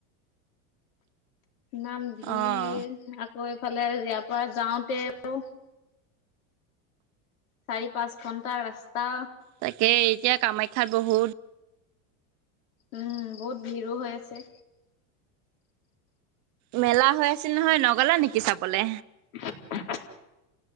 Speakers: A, on the left (about 75°); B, on the right (about 40°).
A: নাম ধিৰ
B: অঁ
A: আকৌ এইফালে ইয়াৰ পৰা যাওঁতেও চাৰি পাঁচ ঘন্টা ৰাস্তা।
B: তাকে এতিয়া কামাখ্যাত বহুত
A: উম, বহুত ভিৰো হৈ আছে।
B: মেলা হৈ আছিল নহয় নগলা নেকি চাবলে?
A: <inaudible>